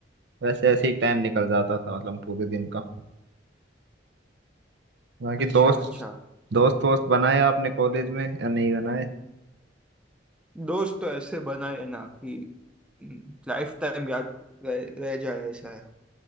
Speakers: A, on the right; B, in the centre.
A: वैसे ऐसे ही टाइम निकल जाता था मतलब पूरे दिन का बाकी
B: अच्छा
A: दोस्त
B: अच्छा
A: दोस्त वोस्त बनाए आपने कॉलेज में या नहीं बनाए
B: दोस्त तो ऐसे बनाए हैं ना कि लाइफ टाइम याद रह, रह जाए ऐसा है